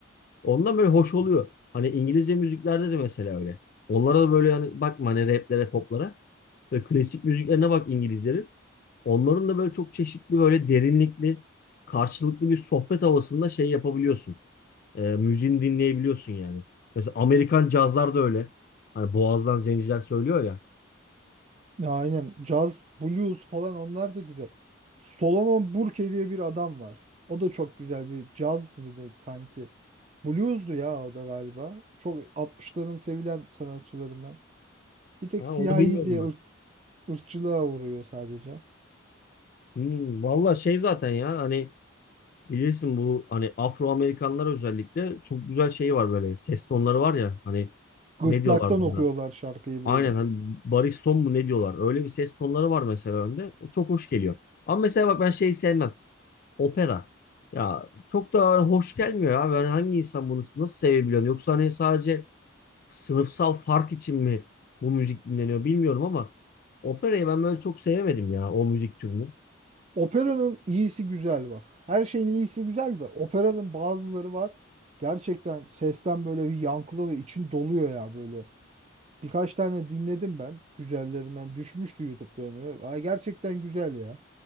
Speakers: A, on the left (about 45°); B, on the right (about 30°).
A: Ondan böyle hoş oluyor. Hani İngilizce müziklerde de mesela öyle. Onlara da böyle hani bakma hani raplere, poplara. Böyle klasik müziklerine bak İngilizlerin. Onların da böyle çok çeşitli böyle derinlikli, karşılıklı bir sohbet havasında şey yapabiliyorsun. E, müziğini dinleyebiliyorsun yani. Mesela Amerikan cazlar da öyle. Hani boğazdan zenciler söylüyor ya.
B: Ya aynen caz, blues falan onlar da güzel. Solomon Burke diye bir adam var. O da çok güzel bir caz mıydı sanki. Blues'du ya o da galiba. Çok 60'ların sevilen sanatçılarından. Bir tek
A: Ha,
B: siyahi
A: onu bilmiyordum
B: diye
A: bak.
B: ırk- ırkçılığa uğruyor sadece.
A: Hmm, valla şey zaten ya hani bilirsin bu hani Afro Amerikanlar özellikle çok güzel şeyi var böyle ses tonları var ya hani
B: Gırtlaktan
A: ne diyorlardı ona?
B: okuyorlar şarkıyı
A: Aynen
B: böyle.
A: hani bariston mu ne diyorlar? Öyle bir ses tonları var mesela önde. O çok hoş geliyor. Ama mesela bak ben şeyi sevmem. Opera. Ya çok da hoş gelmiyor abi. Ben hangi insan bunu nasıl sevebiliyor? Yoksa hani sadece sınıfsal fark için mi bu müzik dinleniyor bilmiyorum ama operayı ben böyle çok sevemedim ya o müzik türünü.
B: Operanın iyisi güzel bak. Her şeyin iyisi güzel de operanın bazıları var. Gerçekten sesten böyle bir yankılı ve için doluyor ya böyle. Birkaç tane dinledim ben. Güzellerinden düşmüştü YouTube'da önüme. Ay gerçekten güzel ya.